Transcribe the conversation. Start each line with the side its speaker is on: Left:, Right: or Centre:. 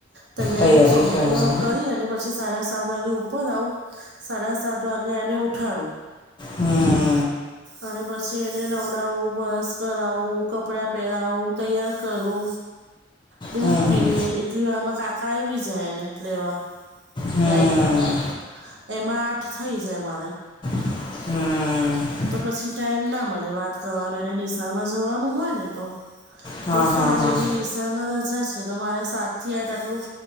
Right: તૈયારીઓ
Left: તૈયારી
Right: સંપૂર્ણ
Left: કરવા
Right: કરી અને પછી સાડા સાત વાગે ઉપર આવું સાડા સાત વાગે એને ઉઠાડું
Left: હમ
Right: અને પછી એને નવડાવું બરસ કરાવું કપડા પહેરાવું તૈયાર કરુ દૂધ
Left: હમ
Right: પીવે
Left: હમ
Right: એટલી વાર મા કાકા આવી જાય એને લેવા
Left: હમ
Right: ગાડી વાળ એમાં આઠ થઇ છે અમારે
Left: હમમમ
Right: તો પછી ટાઈમ ના મળે વાત કરવાનો એને નિશામાં જવાનું હોય ને તો
Left: હા
Right: તો શું
Left: હા
Right: આજે
Left: હા
Right: એની નિશામાં રજા છે. તો મારે સાતથી આ આટલું